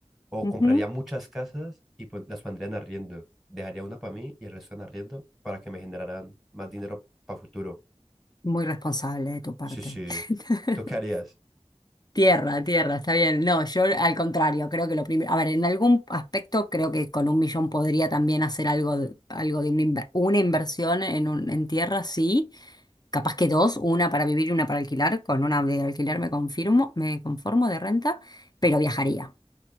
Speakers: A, in the centre; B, on the left (about 40°).
A: o
B: Ujú.
A: compraría muchas casas y pon- las pondría en arriendo. Dejaría una para mí y el resto en arriendo para que me generaran más dinero para futuro.
B: Muy responsable de tu parte.
A: Sí, sí.
B: <laughs>
A: ¿Tú qué harías?
B: Tierra, tierra, está bien. No, yo al contrario, creo que lo primero, a ver, en algún aspecto creo que con un millón podría también hacer algo de, algo de una, inver- una inversión en, un, en tierra, sí. Capaz que dos, una para vivir y una para alquilar. Con una de alquiler me confirmo, me conformo de renta, pero viajaría.